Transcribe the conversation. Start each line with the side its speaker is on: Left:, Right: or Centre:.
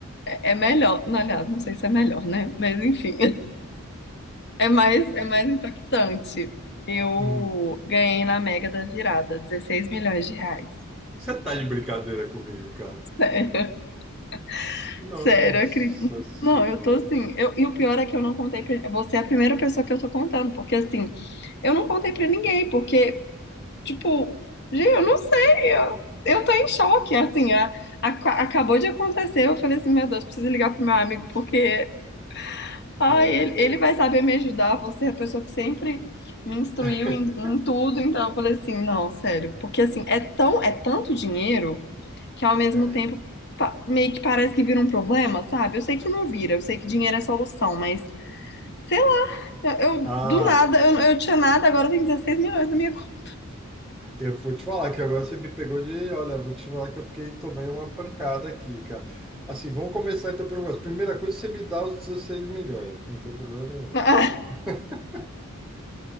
Left: É é melhor. Não, aliás, não sei se é melhor, né? Mas enfim. É mais, é mais impactante. Eu
Centre: Hum,
Left: ganhei na Mega da Virada 16 milhões de reais.
Centre: Você tá de brincadeira comigo, cara?
Left: Sério, <laughs>
Centre: Nossa
Left: sério, acredito.
Centre: senhora.
Left: Não, eu tô assim. Eu, e o pior é que eu não contei pra. Você é a primeira pessoa que eu tô contando, porque assim, eu não contei pra ninguém, porque, tipo, gente, eu não sei, eu, eu tô em choque. Assim, a- a- acabou de acontecer. Eu falei assim, meu Deus, preciso ligar pro meu amigo, porque Ai,
Centre: É,
Left: ele, ele vai saber me ajudar. Você é a pessoa que sempre me instruiu
Centre: é.
Left: em, em tudo.
Centre: <laughs>
Left: Então eu falei assim, não, sério. Porque assim, é tão, é tanto dinheiro que ao mesmo
Centre: é.
Left: tempo pa- meio que parece que vira um problema, sabe? Eu sei que não vira, eu sei que dinheiro é solução, mas sei lá, eu,
Centre: Ah,
Left: eu- do nada,
Centre: Júlia.
Left: eu, eu tinha nada, agora tem 16 milhões na minha conta.
Centre: Eu vou te falar que agora você me pegou de. Olha, vou te falar que eu fiquei, tomei uma pancada aqui, cara. Assim, vamos começar então pelo negócio. Primeira coisa, você me dá os 16 milhões, não tem problema nenhum.
Left: <laughs>
Centre: <laughs>